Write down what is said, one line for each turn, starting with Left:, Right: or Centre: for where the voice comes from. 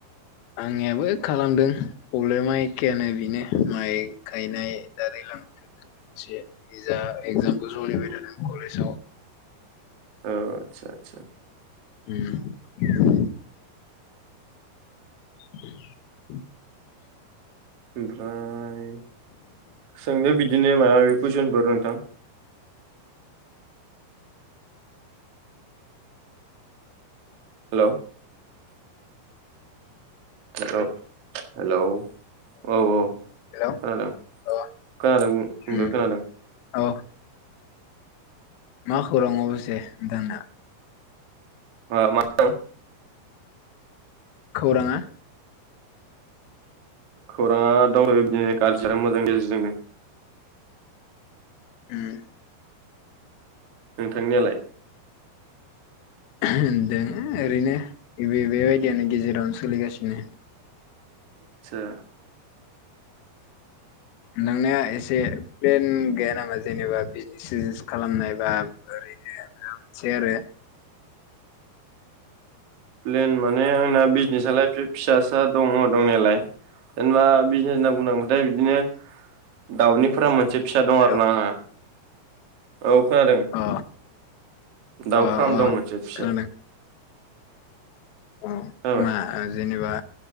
Left: आंनियाबो खालामदों प्रब्लेमा एखेयानो बेनो माइ गायनाय दा दैलां बोथोरजों लोगोसे जा एगजामबो सोलिबाय थादों कलेजाव
Right: औ आतसा आतसा
Left: उम <unintelligible>
Right: ओमफ्राय सोंदो बिदिनो माबा माबि कुइसनफोर नोंथां हेलौ हेलौ हेलौ औ औ
Left: हेलौ
Right: खोनादों
Left: औ
Right: खोनादों बुंदों
Left: उम
Right: खोनादों
Left: औ मा खौरां अबसेजे नोंथांना
Right: ओ मा होनो
Left: खौरांङा
Right: खौरांङा दंसै बिदिनो गाज्रि जों मोजां गेजेरजोंनो
Left: उम
Right: नोंथांनियालाय
Left: ओहम दों ओरैनो बेबायदियावनो गेजेरावनो सोलिगासिनो
Right: आतसा
Left: नोंनिया एसे प्लेन गैया नामा जेनेबा बिजनेस सिजनेस खालामनाय बा ओरैनो माबा मोनसे आरो
Right: प्लेन माने आंना बिजनेसालाय फे फिसासा दंङ दंनायालाय जेनेबा बिजनेस होनना बुंनांबाथाय बिदिनो दाउनि फ्राम मोनसे फिसा
Left: हेलौ
Right: दं आरो ना आंहा औ खोनादों
Left: अ
Right: दाउ
Left: अ
Right: फ्राम
Left: अ
Right: दं मोनसे फिसा
Left: खोनादों अ
Right: खोनाबाय
Left: मा जेनेबा